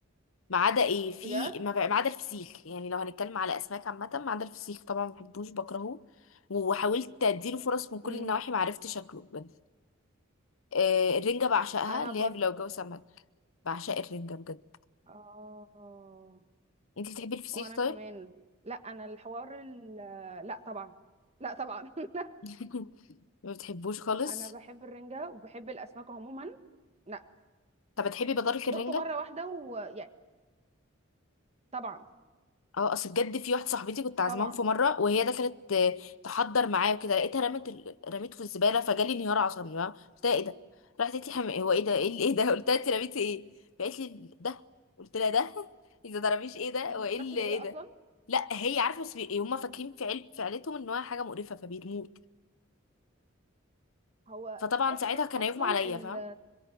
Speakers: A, on the left; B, on the right.
A: ما عدا ايه في
B: بجد
A: ما بقى- ما عدا الفسيخ يعني لو هنتكلم على اسماك عامه ما عدا الفسيخ طبعا ما بحبوش بكرهه وحاولت اديله فرص من كل
B: امم
A: النواحي ما عرفتش شكله بجد آه، الرنجه بعشقها
B: انا
A: اللي
B: برضه
A: هي لو جو سمك بعشق الرنجة بجد
B: اه
A: انتي بتحبي الفسيخ
B: وانا
A: طيب
B: كمان لا انا الحوار ال... لا طبعا لا طبعا <laughs>
A: <laughs> ما بتحبوش خالص
B: انا بحب الرنجة وبحب الاسماك عموما لا
A: طب بتحبي بطارخ
B: دقته
A: الرنجة
B: مرة واحدة ويعني طبعا
A: اه اصل بجد في واحدة صاحبتي كنت عازماهم
B: طبعا
A: في مرة وهي دخلت آه، تحضر معايا وكده لقيتها رمت ال... رميته في الزبالة فجالي انهيار عصبي بقى قلت لها ايه ده راحت قالت لي حم... هو ايه ده ايه اللي- ايه ده <laughs> قلت لها انت رميتي ايه قالت لي ده قلت لها ده <laughs> اذا ضربيش ايه ده
B: هي ما
A: وايه
B: تعرفش
A: اللي
B: ده
A: ايه
B: ايه اصلا
A: ده لا هي عارفه بس بي... هم فاكرين في عيل... في عيلتهم ان هو حاجه مقرفه فبيرموك
B: هو
A: فطبعا
B: اصلا
A: ساعتها كان
B: اصلا
A: هيغمى عليا
B: ال...
A: فاهم